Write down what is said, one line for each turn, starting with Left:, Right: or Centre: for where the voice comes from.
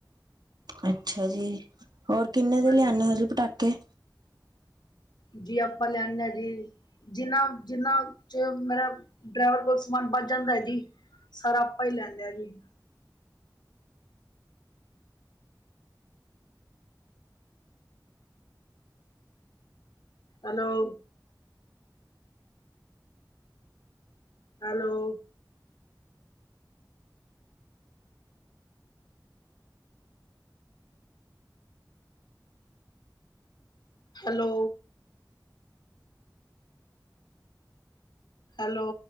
Right: ਅੱਛਾ ਜੀ, ਔਰ ਕਿੰਨੇ ਦੇ ਲਿਆਣੇ
Left: ਹਾਂਜੀ,
Right: ਓ ਜੀ ਪਟਾਕੇ
Left: ਜੀ ਆਪਾਂ ਲਿਆਣੇ ਆਂ ਜੀ ਜਿੰਨਾ-ਜਿੰਨਾਂ ਚ ਮੇਰਾ ਡਰੈਵਰ ਕੋਲ ਸਮਾਨ ਬੱਚ ਜਾਂਦਾ ਐ ਜੀ ਸਾਰਾ ਆਪਾ ਹੀ ਲੈਂ ਆੰਦੇ ਆ ਜੀ ਹੈਲੋ ਹੈਲੋ ਹੈਲੋ ਹੈਲੋ